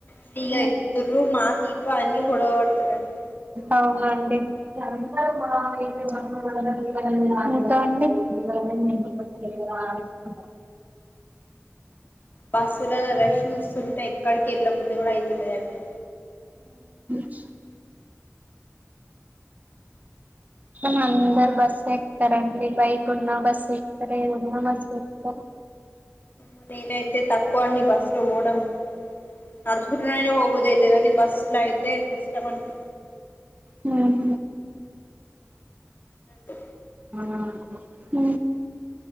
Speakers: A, on the left; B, on the right.
A: ఫ్రీగా ఎక్కుతుర్రు మా సీట్లు అన్ని గొడవ పడుతురండి
B: అవునండి కాదండి
A: బస్సులలో రష్ చూస్తుంటే ఎక్కడికి వెళ్ళ బుద్ధి కూడా అయితులేదండి
B: హ్మ్మ్ మ అందరు బస్ ఎక్తార అండి బైక్ ఉన్న బస్ ఎక్తార ఉన్నా బస్ ఎక్తార
A: మ్ నేనైతే తక్కువ అని బస్సు లో పోవడం నడుచుకుంటునయినా పోబుద్ధి ఔతుంది కాని బస్సు లో అయితే కష్టం అనిపిస్తుంది
B: ఉమ్
A: ఉ
B: హ